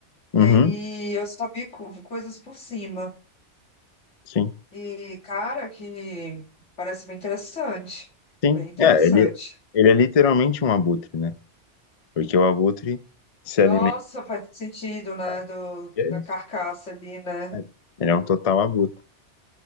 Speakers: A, on the left; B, on the left.
A: uhum,
B: E aí eu só vi co- coisas por cima.
A: sim,
B: E, cara, que parece bem interessante. Bem
A: sim.
B: interessante.
A: É, ele, ele é literalmente um abutre, né? Porque o abutre se alimenta.
B: Nossa, faz sentido, né?
A: né?
B: Do,
A: E é
B: da
A: isso.
B: carcaça ali, né?
A: É, Ele é um total abutre.